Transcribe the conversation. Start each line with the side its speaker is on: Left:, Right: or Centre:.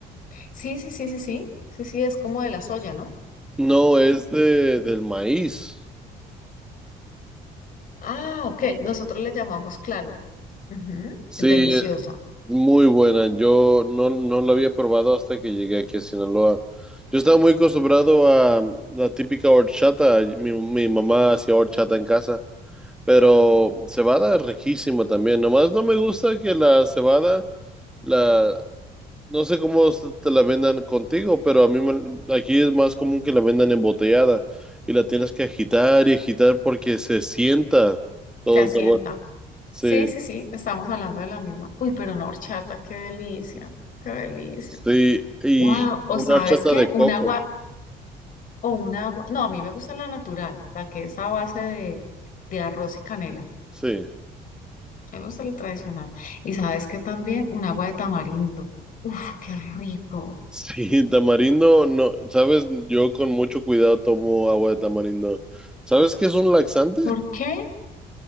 Left: Sí, sí, sí, sí, sí. Sí, sí, es como de la soya, ¿no?
Centre: No, es de, del maíz.
Left: Ah, ok. Nosotros le llamamos claro. Ujú,
Centre: Sí,
Left: Deliciosa.
Centre: Muy buena. Yo no, no la había probado hasta que llegué aquí a Sinaloa. Yo estaba muy acostumbrado a la típica horchata. Mi, mi mamá hacía horchata en casa, pero cebada es riquísima también. Nomás no me gusta que la cebada, la, no sé cómo se- te la vendan contigo, pero a mí me- aquí es más común que la vendan embotellada y la tienes que agitar y agitar porque se sienta todo
Left: Se asienta.
Centre: el sabor. Sí,
Left: Sí, sí, sí. Estamos hablando de la misma. Uy, pero una horchata, qué delicia. Qué delicia.
Centre: sí. Y
Left: Wow. O
Centre: una
Left: sabes
Centre: horchata
Left: qué?
Centre: de coco.
Left: Un agua, O una agua. No, a mí me gusta la natural, la que es a base de, de arroz y canela.
Centre: Sí.
Left: A mí me gusta la tradicional. Y sabes que también un agua de tamarindo. Uf, qué rico.
Centre: Sí, tamarindo, no, sabes, yo con mucho cuidado tomo agua de tamarindo. ¿Sabes qué es un laxante?
Left: ¿Por qué?